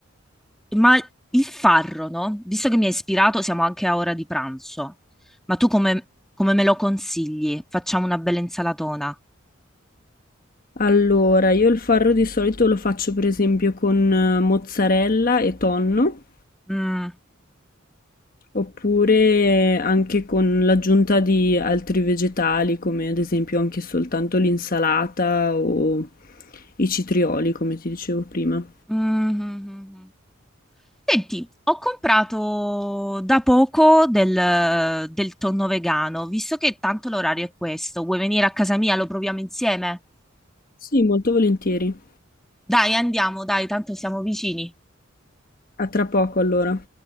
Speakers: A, in the centre; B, on the left.
A: ma il farro, no? Visto che mi hai ispirato, siamo anche a ora di pranzo. Ma tu come, come me lo consigli? Facciamo una bella insalatona.
B: Allora, io il farro di solito lo faccio per esempio con eh, mozzarella e tonno,
A: Mm,
B: oppure anche con l'aggiunta di altri vegetali, come ad esempio anche soltanto l'insalata o i citrioli, come ti dicevo prima.
A: mm, mm, mm. Senti, ho comprato da poco del, del tonno vegano, visto che tanto l'orario è questo. Vuoi venire a casa mia? Lo proviamo insieme?
B: Sì, molto volentieri.
A: Dai, andiamo, dai, tanto siamo vicini.
B: A tra poco allora.